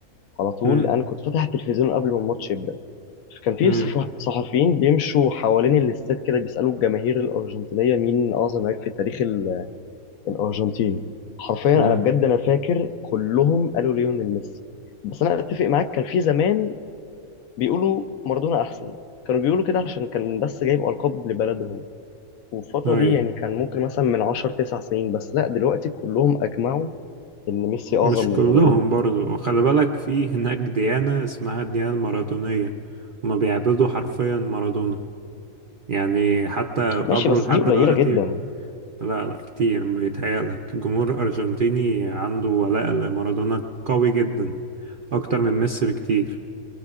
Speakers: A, on the left; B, on the right.
A: على طول
B: امم
A: أنا كنت فاتح التلفزيون قبل ما الماتش يبدأ كان في
B: امم
A: صح- صحفيين بيمشوا حوالين الاستاد كده بيسألوا الجماهير الأرجنتينية مين أعظم لاعب في تاريخ ال- الأرجنتين حرفيا
B: امم
A: أنا بجد أنا فاكر كلهم قالوا ليونيل ميسي بس أنا أتفق معاك كان في زمان بيقولوا مارادونا احسن كانوا بيقولوا كده عشان كان بس جايب القاب لبلدهم والفتره
B: اي
A: دي يعني كان ممكن مثلا من 10 9 سنين بس لا دلوقتي كلهم اجمعوا ان ميسي
B: مش
A: اعظم من
B: كلهم
A: مارادونا
B: برضو وخلي بالك في هناك ديانة اسمها الديانة المارادونية هما بيعبدوا حرفيا مارادونا يعني حتى
A: ماشي
B: قبره
A: بس
B: لحد
A: دي قليله
B: دلوقتي
A: جدا
B: لا لا كتير بيتهيألك الجمهور الأرجنتيني عنده ولاء لمارادونا قوي جدا أكتر من ميسي بكتير